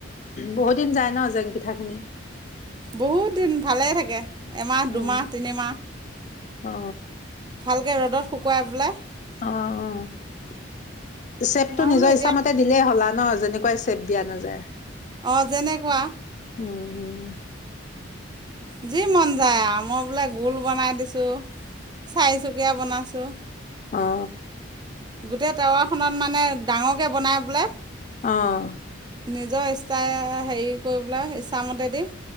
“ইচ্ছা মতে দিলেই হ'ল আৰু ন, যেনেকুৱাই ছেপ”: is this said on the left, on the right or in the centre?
Left